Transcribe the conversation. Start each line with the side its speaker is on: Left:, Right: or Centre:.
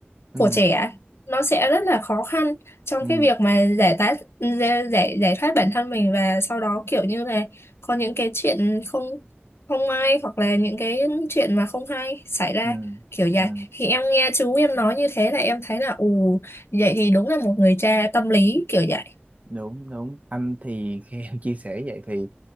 Right: ừ
Left: của trẻ nó sẽ rất là khó khăn trong
Right: ừ
Left: cái việc mà giải tát giải giải giải thoát bản thân mình và sau đó kiểu như là có những cái chuyện không không may hoặc là những cái chuyện mà không hay xảy ra
Right: ừ
Left: kiểu vậy
Right: ừ
Left: thì em nghe chú em nói như thế là em thấy là ù vậy thì đúng là một người cha tâm lý kiểu vậy
Right: đúng đúng anh thì <laughs> khi em chia sẻ vậy thì